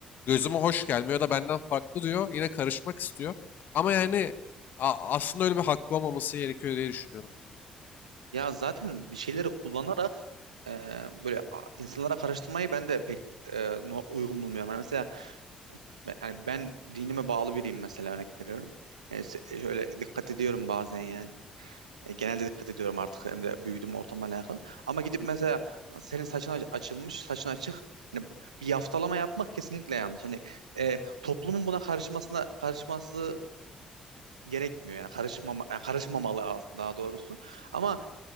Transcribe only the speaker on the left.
gözüme hoş gelmiyor da benden farklı diyor. Yine karışmak istiyor. Ama yani a- aslında öyle bir hakkı olmaması gerekiyor diye düşünüyorum.